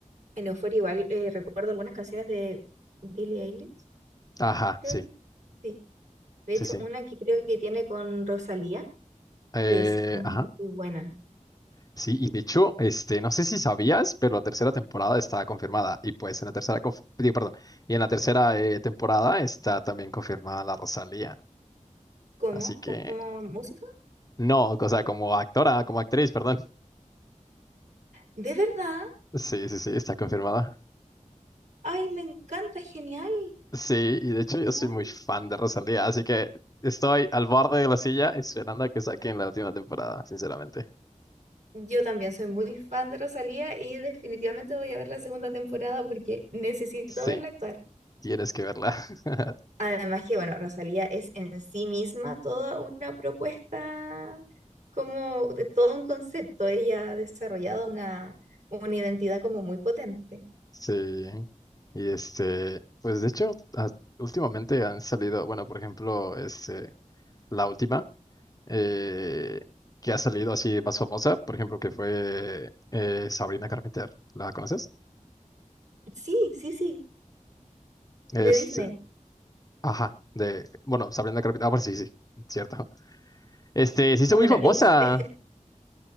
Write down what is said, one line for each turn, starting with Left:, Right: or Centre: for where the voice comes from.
Right: en Euphoria igual eh, recuerdo algunas canciones de Billie Eilish,
Left: Ajá,
Right: creo
Left: sí,
Right: que. Sí. De
Left: sí,
Right: hecho,
Left: sí.
Right: una que creo que tiene con Rosalía,
Left: Eh,
Right: que es muy
Left: ajá.
Right: buena.
Left: Sí, y de hecho, este, no sé si sabías, pero la tercera temporada está confirmada. Y pues en la tercera, conf- digo, perdón, y en la tercera eh, temporada está también confirmada la Rosalía.
Right: ¿Cómo?
Left: Así que,
Right: ¿Como música?
Left: no, o sea, como actora, como actriz, perdón.
Right: ¿De verdad?
Left: Sí, sí, sí, está confirmada.
Right: ¡Ay, me encanta! ¡Genial!
Left: Sí, y de hecho
Right: ¡Genial!
Left: yo soy muy fan de Rosalía, así que estoy al borde de la silla esperando a que saquen la última temporada, sinceramente.
Right: Yo también soy muy fan de Rosalía y definitivamente voy a ver la segunda temporada porque necesito
Left: Sí,
Right: verla actuar.
Left: tienes que verla. <laughs>
Right: Además que, bueno, Rosalía es en sí misma toda una propuesta, como de todo un concepto. Ella ha desarrollado una, una identidad como muy potente.
Left: Sí. Y este, pues de hecho, a- últimamente han salido, bueno, por ejemplo, este, la última eh, que ha salido así más famosa, por ejemplo, que fue eh, Sabrina Carpenter. ¿La conoces?
Right: Sí, sí, sí,
Left: Este,
Right: de Disney.
Left: ajá, de, bueno, Sabrina Carpenter. Ah, pues sí, sí, cierto. Este, se hizo
Right: Ah,
Left: muy
Right: bueno,
Left: famosa.
Right: ex- <laughs>